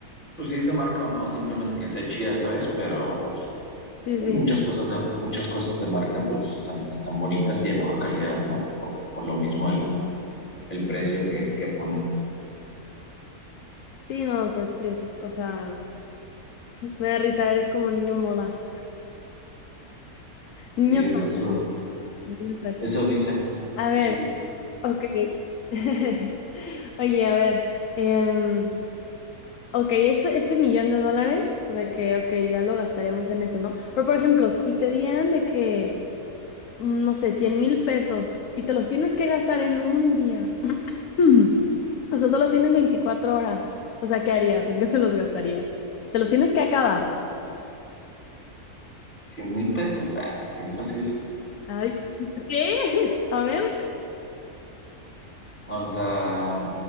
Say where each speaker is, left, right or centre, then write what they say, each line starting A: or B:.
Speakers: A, on the left; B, on the left.
A: pues si es de marca o no, simplemente que esté chida, ¿sabes? Pero pues
B: sí,
A: pues
B: sí.
A: Muchas cosas, de- muchas cosas de marca pues están, están bonitas y de mejor calidad, ¿no? Por, por lo mismo el, el precio que, que ponen.
B: Sí, no, pues sí, pues, o sea, me da risa, eres como niño moda. Niño
A: Sí, eso,
B: fashion, niño fashion.
A: eso dicen,
B: A ver,
A: eso dicen.
B: ok. <laughs> Oye, a ver, em, Ok, ese, ese millón de dólares, de que, ok, ya lo gastaríamos en eso, ¿no? Pero, por ejemplo, si te dieran de que, mm, no sé, cien mil pesos y te los tienes que gastar en un día, <clears throat> o sea, solo tienes 24 horas, o sea, ¿qué harías? ¿En qué se los gastarías? Te los tienes que acabar.
A: 100 mil pesos, ay, está bien fácil.
B: Ay, ¿qué? <laughs> A ver.
A: O sea,